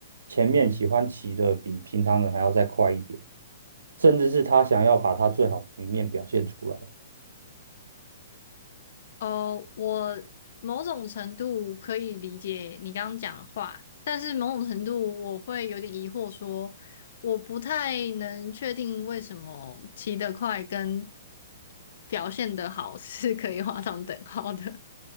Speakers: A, on the right; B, on the left.
A: 前面喜欢骑的比平常人还要再快一点，甚至是他想要把他最好的一面表现出来。
B: 哦，我某种程度可以理解你刚刚讲的话，但是某种程度我会有点疑惑说，我不太能确定为什么骑得快跟表现得好 <laughs> 是可以画上等号的。